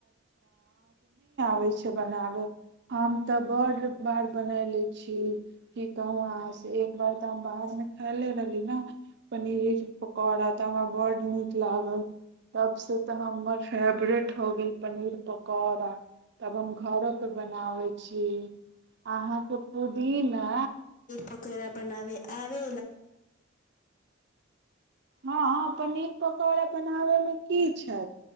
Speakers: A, on the right; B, on the left.
A: अबै छै बनाबै हम तऽ बडड़ बार बनैले छी की कहु अहाँ से एक बार तऽ हम बाहरमे खाायले रहली ने पनीर पकौड़ा तऽ हमरा बडड़ड नीक लागल तब से तऽ हमर फेवरेट हो गेल पनीर पकौड़ा तब हम घरो परे बनाबै छी अहाँके पुदीना
B: पकड़ा बनाव आला
A: हँ हँ पनीर पकौड़ा बनाबैमे की छै